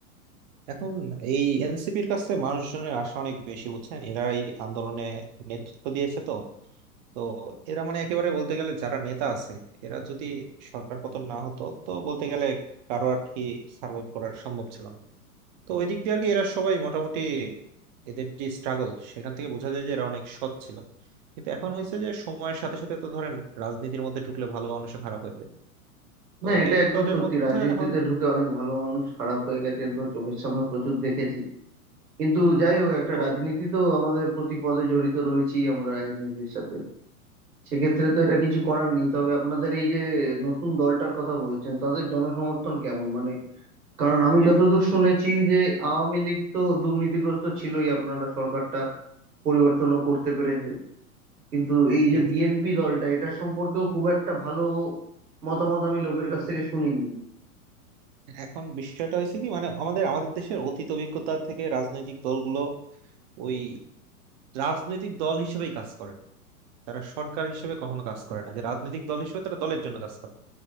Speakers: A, on the right; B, on the right.
A: এখন এই এনসিপির কাছে মানুষজনের আশা অনেক বেশি বুঝছেন এরা এই আন্দোলনে নেতৃত্ব দিয়েছে তো তো এরা মানে একেবারে বলতে গেলে যারা নেতা আছে এরা যদি সরকার পতন না হতো তো বলতে গেলে কারো আর কি সার্ভাইভ করার সম্ভব ছিল না তো ওই দিক দিয়ে আর কি এরা সবাই মোটামুটি এদের যে স্ট্রাগল সেখান থেকে বোঝা যায় যে এরা অনেক সৎ ছিল কিন্তু এখন হয়েছে যে সময়ের সাথে সাথে তো ধরেন রাজনীতির মধ্যে ঢুকলে ভালো মানুষও খারাপ হয়ে যায় তো
B: না এটা
A: এই
B: একদম
A: দলের
B: সত্যি
A: মধ্যে
B: রাজনীতিতে
A: এখন
B: ঢুকে অনেক ভালো মানুষ খারাপ হয়ে গেছে তো চোখের সামনে প্রচুর দেখেছি কিন্তু যাই হোক একটা
A: তো
B: রাজনীতি তো আমাদের প্রতি পদে জড়িত রয়েছি আমরা রাজনীতির সাথে সেক্ষেত্রে তো এটা কিছু করার নেই তবে আপনাদের এই যে নতুন দলটার কথা বলছেন তাদের জনসমর্থন কেমন মানে কারণ আমি যতদূর শুনেছি যে আওয়ামী লীগ তো দুর্নীতিগ্রস্ত ছিলই আপনারা সরকারটা পরিবর্তনও করতে পেরেছে কিন্তু এই
A: জি
B: যে বিএনপি
A: জি
B: দলটা এটা সম্পর্কেও খুব একটা ভালো মতামত আমি লোকের কাছ
A: উম,
B: থেকে শুনিনি
A: এখন বিষয়টা হয়েছে কি মানে আমাদের আমাদের দেশের অতীত অভিজ্ঞতা থেকে রাজনৈতিক দলগুলো ওই রাজনৈতিক দল হিসেবেই কাজ করে তারা সরকার হিসেবে কখনো কাজ করে না যে রাজনৈতিক দল হিসেবে তারা দলের জন্য কাজ করে